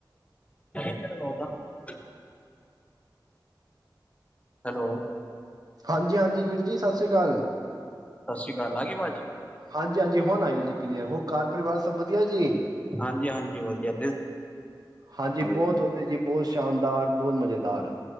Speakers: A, on the left; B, on the right.
A: <unintelligible> ਹੈਲੋ।
B: ਹਾਂਜੀ ਹਾਂਜੀ ਵੀਰ ਜੀ ਸਤਿ ਸ੍ਰੀ ਅਕਾਲ।
A: ਸਤਿ ਸ਼੍ਰੀ ਅਕਾਲ, ਆਗੀ ਆਵਾਜ।
B: ਹਾਂਜੀ ਹਾਂਜੀ ਹੁਣ ਆਈਏ ਜੀ ਏ ਕਲੀਅਰ, ਹੋਰ ਕਾਰ ਪਰਿਵਾਰ ਸਭ ਵਧੀਆ ਜੀ?
A: ਹਾਂਜੀ ਹਾਂਜੀ ਵਧੀਆ
B: ਹਾਂਜੀ
A: ਸੁਣਾਓ ਵੀਰੇ
B: ਬਹੁਤ ਵਦੀਆਂ ਜੀ, ਬਹੁਤ ਸ਼ਾਨਦਾਰ, ਬਹੁਤ ਮਜ਼ੇਦਾਰ।